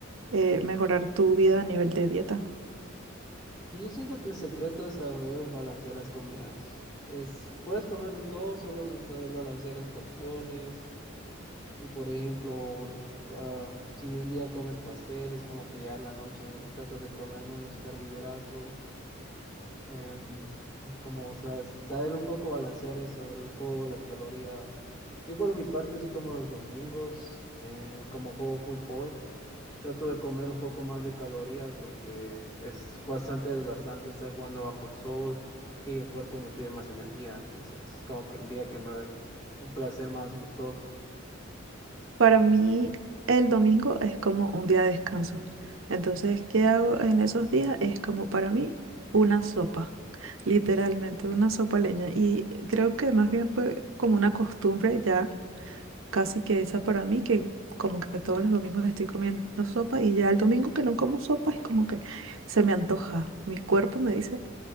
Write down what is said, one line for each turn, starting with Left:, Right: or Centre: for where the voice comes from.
Right: eh, mejorar tu vida a nivel de dieta.
Left: Y yo siento que el secreto es saber balancear las comidas. Es, puedes comer de todo, solo de saber balancear las porciones. Y por ejemplo, ah, si un día comes pasteles, como que ya en la noche tratas de comer menos carbohidrato. Em, es como, o sea, es saber un poco balancear eso, el juego, las calorías. y por mi parte, así como los domingos, eh, como juego fútbol, trato de comer un poco más de calorías porque es bastante desgastante estar jugando bajo el sol y el cuerpo me pide más energía. Entonces, es como que el día que me doy un placer más gustoso.
Right: Para mí, el domingo es como un día de descanso. Entonces, ¿qué hago en esos días? Es como para mí una sopa, literalmente una sopa leña. Y creo que más bien fue como una costumbre ya casi que hecha para mí, que como que todos los domingos estoy comiendo sopa y ya el domingo que no como sopa es como que se me antoja. Mi cuerpo me dice,